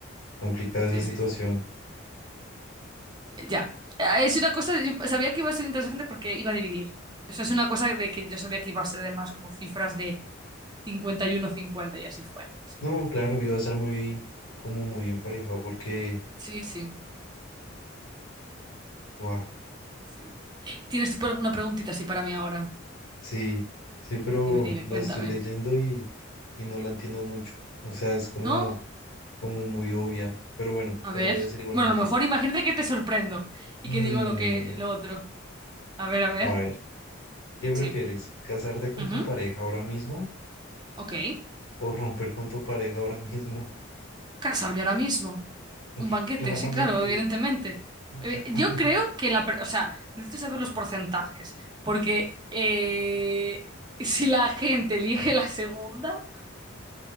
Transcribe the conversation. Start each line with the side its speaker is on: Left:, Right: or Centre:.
Left: Complicada
Right: sí,
Left: esa situación.
Right: sí, sí. Eh, Ya. Eh, Es una cosa, yo sabía que iba a ser interesante porque iba a dividir. Eso es una cosa de que yo sabía que iba a ser además como cifras de cincuenta y uno cincuenta y así fue, así
Left: No,
Right: fue.
Left: claro, iba a ser muy, como muy emparejado porque,
Right: Sí, sí,
Left: ¡wow!
Right: sí. ¿Tienes tú por alguna preguntita así para mí ahora?
Left: Sí, sí, pero
Right: Dime, dime,
Left: la
Right: cuéntame.
Left: estoy leyendo y, y no la entiendo mucho. O sea, es como,
Right: ¿No?
Left: como muy obvia. Pero bueno,
Right: A
Left: te
Right: ver.
Left: la voy a hacer igualmente.
Right: Bueno, a lo mejor imagínate que te sorprendo y
Left: Mm,
Right: que digo lo que lo otro. A ver, a ver.
Left: a ver, ¿qué prefieres?
Right: Sí.
Left: ¿Casarte con
Right: Ujú.
Left: tu pareja ahora mismo
Right: Ok.
Left: o romper con tu pareja ahora mismo?
Right: Casarme ahora mismo.
Left: <laughs>
Right: Un banquete,
Left: Claramente,
Right: sí, claro, evidentemente. Eh,
Left: claramente.
Right: Yo creo que la... per- O sea, necesito saber los porcentajes, porque eh, si la gente elige la segunda,